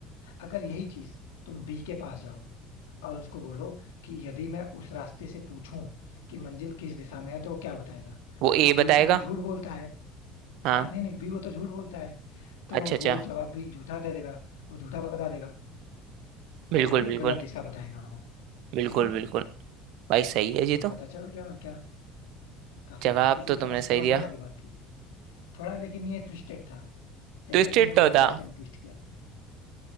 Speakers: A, on the left; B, on the right.
A: अगर यही चीज तुम बी के पास जाओ और उसको बोलो कि यदि मैं उस रास्ते से पूछूं कि मंजिल किस दिशा में है तो वो क्या बताएगा
B: वो
A: तो
B: ए
A: बी
B: बताएगा
A: क्योंकि झूठ बोलता है
B: हाँ
A: हाँ नहीं नहीं बी वो तो झूठ बोलता है तो
B: अच्छा अच्छा
A: वो जवाब भी झूठा दे देगा वो झूठा बता देगा यानी
B: बिल्कुल
A: फिर
B: बिल्कुल
A: गलत दिशा बताएगा वो
B: बिल्कुल
A: ठीक है
B: बिल्कुल भाई सही है
A: तो फिर
B: जी तो
A: पता चल गया और क्या काफी
B: जवाब
A: इजी
B: तो तुमने
A: था बस समझने
B: सही दिया
A: वाली बात थी थोड़ा लेकिन ये ट्विस्टेड था जैसे
B: ट्विस्टेड
A: तुमने मुझे
B: तो
A: लास्ट
B: था
A: टाइम ट्विस्ट किया